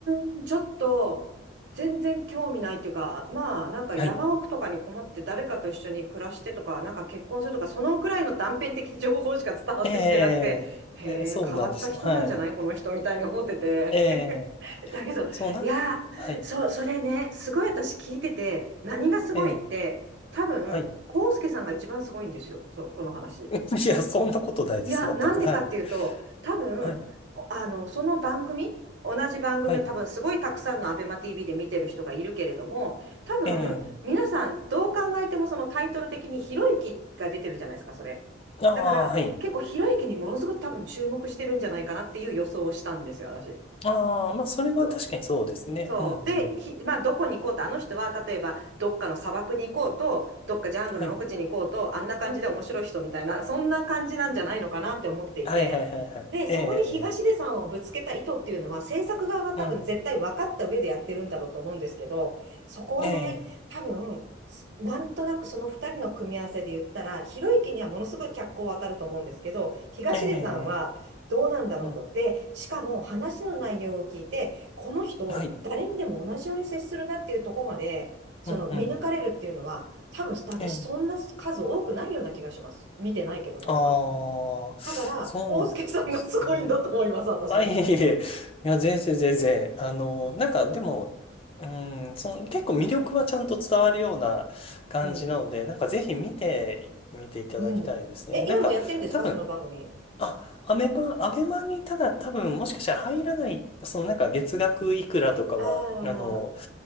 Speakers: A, on the right; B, on the left.
A: ーん、ちょっと、全然興味ないっていうか、まあ、なんか山奥とかにこもって誰かと一緒に暮らしてとか、
B: はい。
A: なんか結婚するとか、そのくらいの断片的情報しか伝わってきてなくて、
B: ええええそうなんですよ。
A: へえ、変わった人なんじゃないこの人みたいに思ってて。
B: はい。ええ
A: <laughs> だけど、
B: そうな、
A: いやー、
B: はい。
A: そう、それね、すごい私聞いてて、何がすごいって、
B: ええ
A: 多分、
B: はい。
A: 康介さんが一番すごいんですよ、そう、この話。
B: <laughs> いや、そんなことないです。
A: いや、
B: 全く。
A: なんでかっていうと、
B: はい。
A: 多分、
B: はい。
A: おあの、その番組、同じ番組を多分すごいたくさんのアベマ
B: はい。
A: TV で見てる人がいるけれども、多分、
B: ええ
A: 皆さんどう考えてもそのタイトル的にひろゆきが出てるじゃないですか、それ。
B: ああ、
A: だから、
B: はい。
A: 結構ひろゆきにものすごく多分注目してるんじゃないかなっていう予想をしたんですよ、私。
B: ああ、まあ、それは確かにそうですね。
A: そうそう。
B: うんうん。
A: で、ひ、まあ、どこに行こうと、あの人は、例えば、どっかの砂漠に行こうと、どっかジャングルの奥地に行こうと、
B: はい。
A: あんな感じで面白い人みたいな、そんな感じなんじゃないのかなって思っていて。
B: はいはいはいはい。
A: で、
B: ええ
A: そこに東出さんをぶつけた意図っていうのは、制作側は多分絶対分かった上でやってるんだろうと思うんですけど、
B: うん。
A: そこはね、
B: ええ
A: 多分、すなんとなくその2人の組み合わせで言ったら、ひろゆきにはものすごい脚光を当たると思うんですけど、東出さんはどうなんだろうと。
B: ええうん。
A: で、しかも話の内容を聞いて、この人、
B: はい。
A: 誰にでも同じように接するなっていうところまで、その見抜かれるっていうのは、
B: うんうん。
A: 多分私、
B: ええ
A: そんな数多くないような気がします。見てないけど、その場。
B: ああ、
A: だから、
B: そうですね。
A: コウスケさんがすごいんだと思います、私。
B: あ、いえいえいえ。いや、全然全然。あの、なんかでも、うん、その、結構魅力はちゃんと伝わるような感じなので、
A: うん。
B: なんかぜひ見て、見ていただきたいですね。
A: うん。え、
B: なんか、
A: 今もやってんですか、
B: 多分、
A: その番組。
B: あ、アベマ、アベマにただ多分もしかしたら入らない、そのなんか月額いくらとかは、
A: ああー、
B: あの、